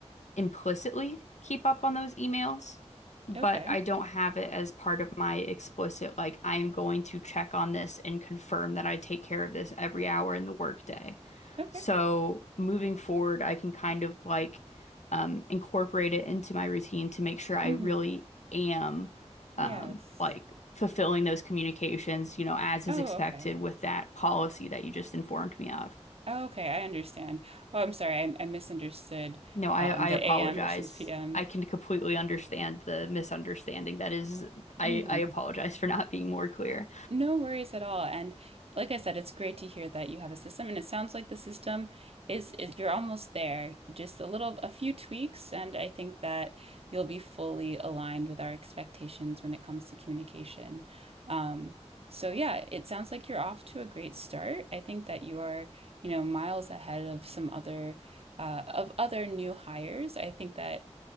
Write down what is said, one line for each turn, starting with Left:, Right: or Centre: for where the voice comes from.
Left: implicitly keep up on those emails, but
Right: Okay.
Left: I don't have it as part of my explicit, like, I am going to check on this and confirm that I take care of this every hour in the workday.
Right: Okay.
Left: So moving forward, I can kind of like um, incorporate it into my routine to make sure I
Right: Mm-hmm.
Left: really am
Right: Yes.
Left: um, like fulfilling those communications, you know, as is
Right: Oh,
Left: expected
Right: okay.
Left: with that policy that you just informed me of.
Right: Oh, okay, I understand. Oh, I'm sorry. I, I misunderstood
Left: No, I
Right: um,
Left: I
Right: the
Left: apologize.
Right: AM versus PM.
Left: I can completely understand the misunderstanding. That is, I
Right: hmm
Left: I apologize for not being more clear.
Right: No worries at all. And like I said, it's great to hear that you have a system, and it sounds like the system is is you're almost there. Just a little, a few tweaks, and I think that you'll be fully aligned with our expectations when it comes to communication. Um, so yeah, it sounds like you're off to a great start. I think that you are, you know, miles ahead of some other uh, of other new hires. I think that